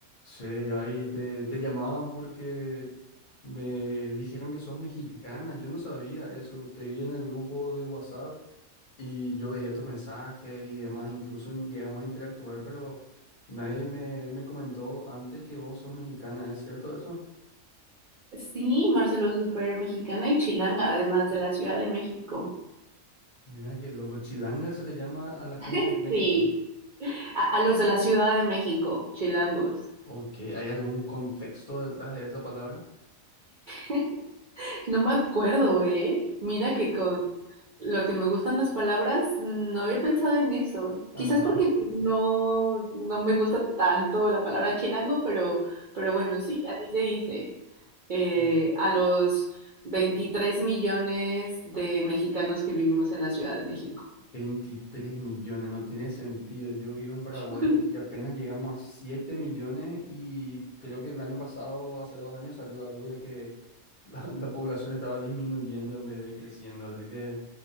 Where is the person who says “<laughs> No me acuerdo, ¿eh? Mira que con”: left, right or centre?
Right